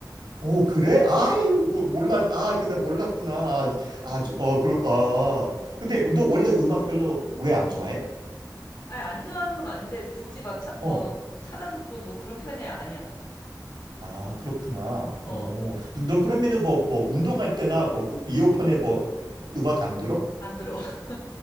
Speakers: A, on the right (about 85°); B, on the left (about 65°).
A: 오, 그래? 아유, 그 몰라. 아, 근데 몰랐구나. 아, 아주 어, 그러 아. 근데 너 원래 음악 별로 왜 안 좋아해?
B: 아니, 안 좋아하는 건 아닌데, 굳이 막, 차, 뭐,
A: 어.
B: 찾아듣고 뭐 그런 편이 아니야.
A: 아, 그렇구나.
B: 어,
A: 어. 너, 너 그러면은 뭐 뭐 운동할 때나 뭐 으- 이어폰에 뭐 음악 안 들어?
B: 안 들어. <laughs>